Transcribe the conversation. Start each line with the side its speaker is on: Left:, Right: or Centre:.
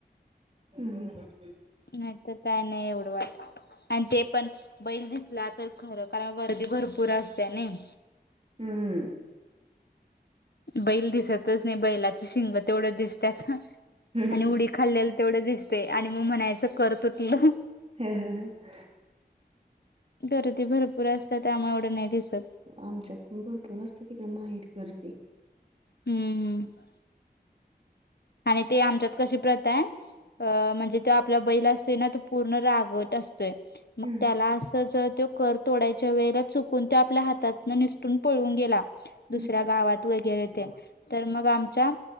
Right: हम्म,
Left: नाही तर, काय नाही एवढं वाटत. आणि ते पण बैल दिसला तर, खरं कारण गर्दी भरपूर असत्या नाही.
Right: हम्म,
Left: बैल दिसतच नाही बैलाची शिंग तेवढं दिसत्यात,
Right: हम्म.
Left: आणि उडी खाल्लेल तेवढं दिसतय, आणि मग म्हणायचं कर तुटलं.
Right: <unintelligible>
Left: गर्दी भरपूर असतात, त्यामुळे एवढं नाही दिसत.
Right: आच्यात पण भरपूर असते, तिकडे माहेरी गर्दी.
Left: हम्म हम्म, आणि ते आमच्यात कशी प्रथा आहे. अ म्हणजे तो आपला बैल असतोय ना, तो पूर्ण रागवट असतोय. मग
Right: हम्म
Left: त्याला असं जर तो कर तोडायच्या वेळेला चुकून तो आपल्या हातात निसटून पळून गेला दुसऱ्या
Right: हम्म
Left: गावात. वगैरे ते, तर मग आमच्या